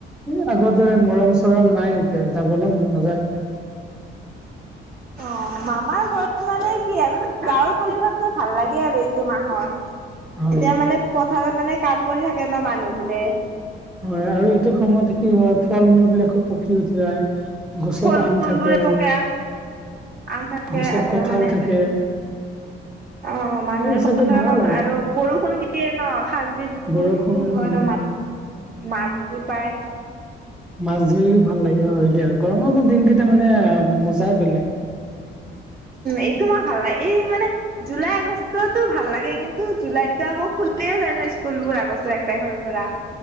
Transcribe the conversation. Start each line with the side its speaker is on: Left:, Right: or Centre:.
Centre: এ আগৰ দৰে মৰম চৰম নাই এতিয়া যাবলে মন নাযায়
Right: অ মামাৰ ঘ মানে কি হয় মানে গাঁৱৰ পৰিষদটো ভাল লাগে আৰু এইটো মাহত
Centre: হয়
Right: এতিয়া মানে পথাৰত মানে কাম কৰি থাকে ন মানুহবোৰে
Centre: হয় আৰু এইটো সময়তে কি হয় ফল মূল বিলাকো পকি উঠি যায় গছত
Right: ফল
Centre: আম
Right: মূল
Centre: থাকে
Right: বোৰে পকে আম থাকে
Centre: গছত
Right: আৰু
Centre: কঁঠাল
Right: মানে
Centre: থাকে
Right: অ মানুহে
Centre: সেই হিচাপে
Right: পথাৰৰ
Centre: ভাল
Right: কামত আৰু বৰষুণ দিয়ে ন খাল বিল
Centre: বৰষুণ
Right: বোৰ ফুল হয়
Centre: উম
Right: মাছবোৰ পায়
Centre: মাছ ধৰিও ভাল লাগে হয় দিয়া গৰমৰ দিনকেইটা মানে অ মজাই বেলেগ
Right: এইটো মই ভাল নাই এই মানে জুলাই আগষ্টতো ভাল লাগে কিন্তু জুলাইতো আকৌ খুলিয়েই যায় ন স্কুলবোৰ আগষ্টৰ এক তাৰিখৰ পৰা